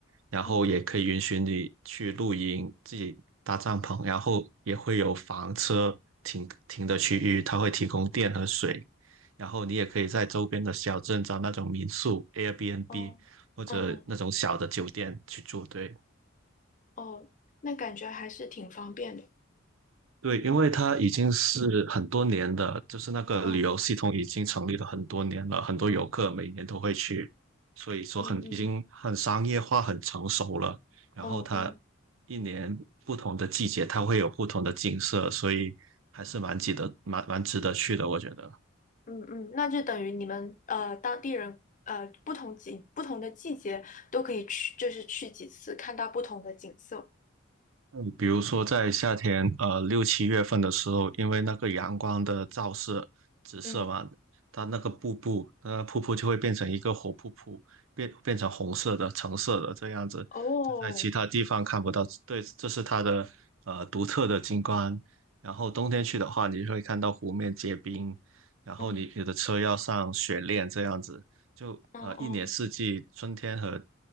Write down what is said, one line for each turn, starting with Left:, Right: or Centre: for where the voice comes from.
Right: 然后也可以允许你去露营，
Left: 嗯，
Right: 自己搭帐篷，然后也会有房车停停的区域，它会提供电和水，然后你也可以在周边的小镇找那种民宿、Airbnb
Left: 哦，
Right: 或者那种小的酒店去住。
Left: 嗯嗯
Right: 对，
Left: 哦，那感觉还是挺方便的。
Right: 对，因为它已经是很多年的，就是那个旅游系统已经成立了很多年了，
Left: 嗯
Right: 很多游客每年都会去，所以说很已经很商业化、
Left: 嗯嗯
Right: 很成熟了。然后它
Left: 嗯嗯
Right: 一年不同的季节，它会有不同的景色，所以还是蛮值得、蛮蛮值得去的，我觉得。
Left: 嗯嗯，那就等于你们呃当地人呃不同景不同的季节都可以去，就是去几次，看到不同的景色。
Right: 嗯比如说在夏天，呃，六七月份的时候，因为那个阳光的照射、直射嘛，
Left: 嗯，
Right: 它那个瀑布，那个瀑布就会变成一个火瀑布，变变成红色的、橙色的这样子，
Left: 哦，
Right: 这在其他地方看不到。对，这是它的呃独特的景观。然后冬天去的话，你会看到湖面结冰，然后你你的车要上雪链这样子。
Left: 嗯，
Right: 就呃一年四季，
Left: 哦哦。
Right: 春天和